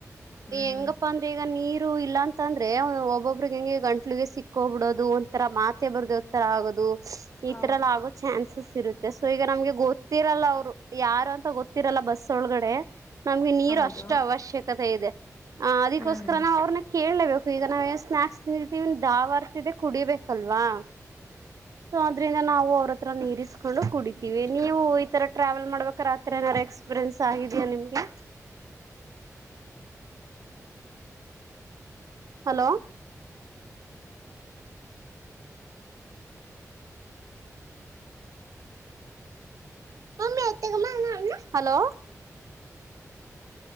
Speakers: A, on the left; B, on the right.
A: ಹ್ಮ್
B: ಹೆಂಗಪ್ಪಾ ಅಂದ್ರೆ ಈಗ ನೀರು ಇಲ್ಲಾ ಅಂತ ಅಂದ್ರೆ ಒಬ್ಬೊಬ್ಬ ಒಂಗೆ ಗಂಟ್ಲಿಗೆ ಸಿಕ್ಕ್ಬಿಡೋದು ಒಂಥರ ಮಾತೆ ಬರ್ದ ಒ್ರ ಆಗೋದು ಈ
A: ಹ
B: ತರ ಎಲ್ಲ ಆ <unintelligible> ಸೊ ಈಗ ನಮ್ಗೆ ಗೊತ್ತಿರಲ್ಲ ಅವ್ರು ಯಾರು ಅಂತ ಗೊತ್ತಿರಲ್ಲ ಬಸ್ ಒಳಗಡೆ ನಮ್ಗೆ ನೀರು
A: ಹೌದು
B: ಅಷ್ಟ ಅಷ್ಟು ಅವಶ್ಯಕತೆ ಇದೆ ಅದೋಸ್ಕರ
A: ಹ್ಮ್
B: ನಾವು ಅವ್ರನ್ನ ಕೇಳೇಬೇಕು ಈ ನಾವೇನ್ ಸ್ನಾಕ್ಸ್ ತಿದೀವನ್ ದಾವರ್ತಿದ್ದ ಕುಡಿಬೇಕಲ್ವಾ ಸೊ ಅದ್ರಿಂದ ನಾವು ಅವ್ರತ್ರ ನೀರಿಸ ಕಕೊಂಡು ಕುಡಿತೀವಿ ನೀವು ಈತರ ಟ್ರಾವೆಲ್ ಮಾಡ್ಬೇಕಾತ್ರಿ ಏನಾರು ಎಕ್ಸ್ಪೀರಿಯನ್ಸ್ ಆಗಿದ್ಯಾ ನಿಮ್ಗೆ ಹಲೋ ಅಮ್ಮ <unintelligible> ಹಲೋ